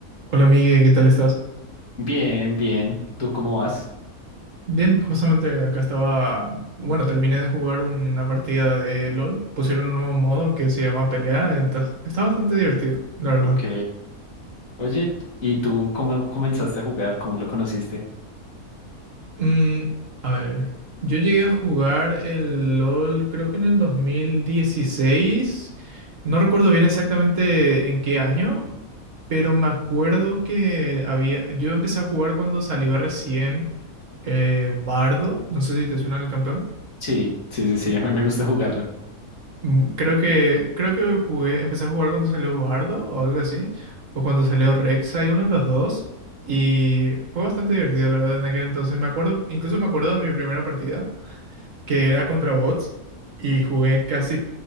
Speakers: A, on the right; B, on the left.
A: Hola Migue, ¿qué tal estás?
B: Bien, bien. ¿Tú cómo vas?
A: Bien, justamente acá estaba, bueno, terminé de jugar una partida de LOL, pusieron un nuevo modo que se llama pelea, entonces está bastante divertido, la verdad.
B: Ok. Oye, ¿y tú cómo comenzaste a jugar? ¿Cómo lo conociste?
A: Mm, a ver, yo llegué a jugar el LOL creo que en el 2016, no recuerdo bien exactamente en qué año, pero me acuerdo que había, yo empecé a jugar cuando salió recién eh, Bardo, no sé si te suena el campeón.
B: Sí, sí, sí, sí, a mí me gusta jugarlo.
A: Mm, Creo que, creo que jugué, empecé a jugar cuando salió Bardo o algo así, o cuando salió Rexa y uno de los dos, y fue bastante divertido, la verdad, en aquel entonces. Me acuerdo, incluso me acuerdo de mi primera partida, que era contra bots, y jugué casi